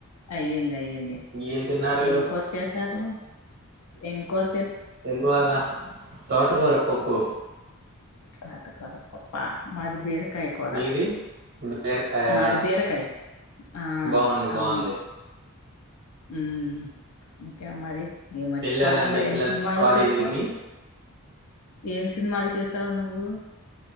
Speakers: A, on the left (about 70°); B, on the right (about 45°).
A: అయింది అయిం అయింది
B: ఏం తిన్నారు
A: ఏం కూర చేసారు ఎంకోర
B: ఎందువల్ల తోటకూర పప్పు
A: తోట కూర పప్పా మాది బీర కయ కూర
B: మీది బీరకాయ
A: మాది బీరకాయ ఆ
B: బాగుంది
A: అవును
B: బాగుంది
A: హ్మ్ ఇంకేం మరి ఈ మధ్యకాలంలో
B: వెళ్ళారండి
A: ఏం
B: పిల్లలు
A: సినిమాలు
B: కాలేజీలకి
A: చూసావు ఏం సినిమాలు చూసావు నువ్వు